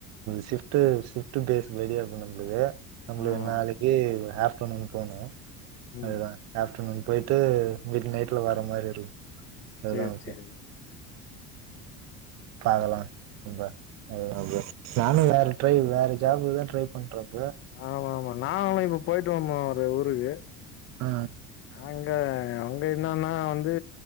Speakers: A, on the right (about 50°); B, on the left (about 40°).
A: ஷிப்ட்டு ஷிப்ட் ஃபேஸ் ரெடியா இருக்கும் நம்மளுக்கு நம்மளுக்
B: ஆமா
A: நாளைக்கி ஒ ஆப் போனு இப்போனு
B: ம்
A: அதுதா ஆஃப்டர்நூன் போயிட்டு வீட்ல நைட்ல வர மாறி இருக்கு அதுதா
B: சேரி
A: இப்போ
B: சேரி
A: இப்ப அதல்லா ரொம்ப அதுதா உள்ள நானு வேற ட்ரை வேற ஜாப்புதா ட்ரை பண்ற ப்ரோ
B: ஆமா ஆமா நாங்களு இப்ப போயிட்டோ வந்தோ ஒரு ஊரு ருக்கு
A: ஆ
B: நாங்க அங்க என்னன்னா வந்து